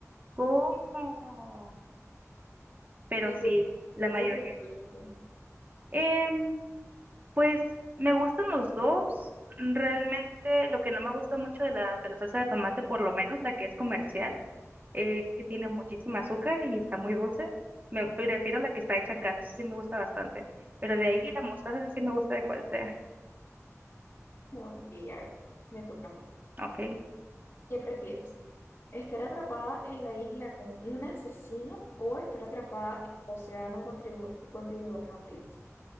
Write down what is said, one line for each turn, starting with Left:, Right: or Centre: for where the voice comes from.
Right: ¿cómo? Pero
Left: Y
Right: sí,
Left: tú,
Right: la
Left: hubiese
Right: mayoría.
Left: preferido tú.
Right: Em, pues me gustan los dos. Realmente lo que no me gusta mucho de la, de la salsa de tomate, por lo menos la que es comercial, es que tiene muchísimo azúcar y está muy dulce. Me prefiero la que está hecha en casa, esa sí me gusta bastante. Pero de ahí la mostaza sí sí me gusta de cual sea.
Left: Bueno, y a ver, me toca a mí.
Right: Ok.
Left: ¿Qué prefieres? ¿Estar atrapada en la isla con un asesino o estar atrapada en el océano con, tribu- con tiburones hambrientos?